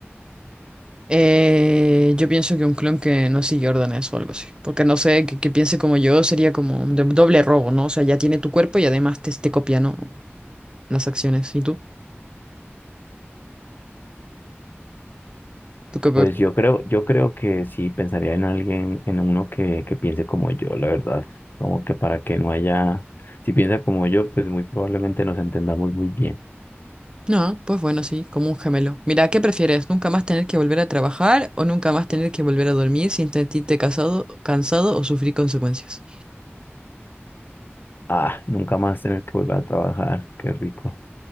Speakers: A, on the right; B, on the left.
A: Eh, yo pienso que un clon que no sigue órdenes o algo así. Porque no sé, que, que piense como yo sería como un de- doble robo, ¿no? O sea, ya tiene tu cuerpo y además te, te copia, ¿no? Las acciones. ¿Y tú? ¿Tú qué? pe-
B: Pues yo creo, yo creo que sí pensaría en alguien, en uno que, que piense como yo, la verdad. Como que para que no haya, si piensa como yo, pues muy probablemente nos entendamos muy bien.
A: No, pues bueno, sí, como un gemelo. Mira, ¿qué prefieres? ¿Nunca más tener que volver a trabajar o nunca más tener que volver a dormir sin sentirte casado, cansado o sufrir consecuencias?
B: Ah, nunca más tener que volver a trabajar, qué rico.